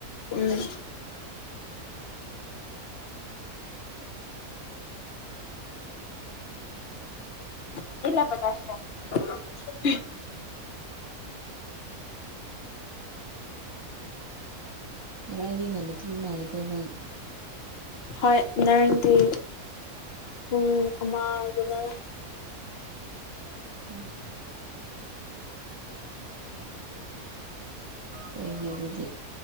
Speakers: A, on the left; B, on the right.
A: ꯎꯝ <inaudible> <unintelligible>
B: ꯉꯔꯥꯡꯗꯤ ꯉꯟꯅ ꯇꯨꯝꯕ ꯃꯥꯜꯂꯦꯀꯣ ꯅꯪ
A: ꯍꯣꯏ ꯅꯔꯥꯡꯗꯤ ꯄꯨꯡ ꯑꯃꯗꯨꯅ
B: ꯎꯝ ꯍꯣꯏꯅꯦ ꯑꯗꯨꯗꯤ